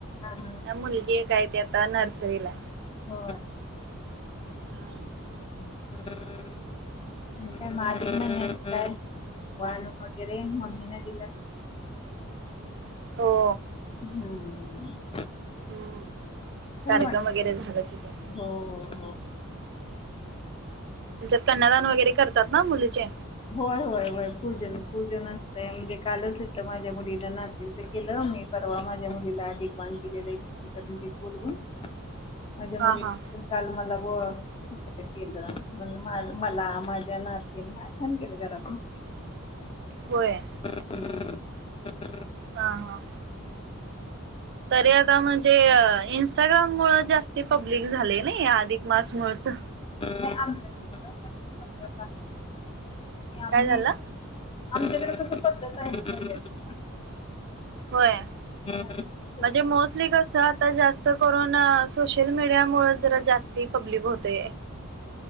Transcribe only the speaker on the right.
ह मुलगी एक आहे ती आता नर्सरीला
हम्
हो
हम्म
कार्यक्रम
वगैरे झाल किनी
आमच्यात कन्यादान वगैरे करतात ना मुलीचे
हा हा
होय
हा हा तरी यंदा म्हणजे इंस्टाग्राम मुळ जास्ती पब्लिक झाले नाही. अधिक मास मुळचं
काय झालं.
होय.
म्हणजे मोस्टली कसं आता जास्त करून सोशल मीडिया मुळे जरा जास्ती पब्लिक होते.